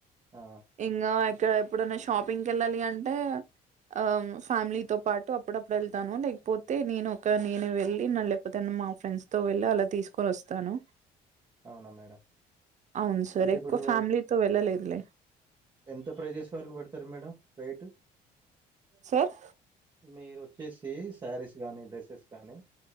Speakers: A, on the right; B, on the right.
A: ఆ
B: ఇంగా ఇక్కడ ఎప్పుడన్న షాపింగ్కి వెళ్ళాలి అంటే ఆ ఫ్యామిలీతో పాటు అప్పుడప్పుడు వెళ్తాను లేకపోతే నేను ఒక నేను వెళ్ళి లేకపోతే మా ఫ్రెండ్స్ తో వెళ్ళి అలా తీసుకొని వస్తా. తను
A: అవునా మేడం
B: అవును సార్
A: అంటే
B: ఎప్పుడు
A: ఇప్పుడు
B: ఫ్యామిలీతో వెళ్ళలే ఇదరా
A: ఎంత ప్రైజెస్ వరకు పెడతారు మేడం రేటు
B: సార్
A: మీరు వచ్చేసి శారీస్ కానీ డ్రెస్సెస్ కానీ